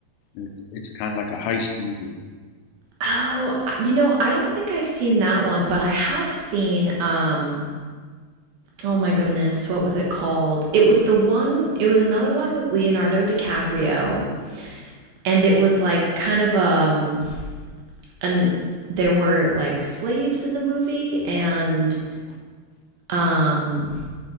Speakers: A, on the left; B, on the right.
A: And it's it's kind of like a heist movie.
B: Oh, you know, I don't think I've seen that one, but I have seen um Oh my goodness, what was it called? It was the one, it was another one with Leonardo DiCaprio, and it was like kind of um and there were like slaves in the movie and um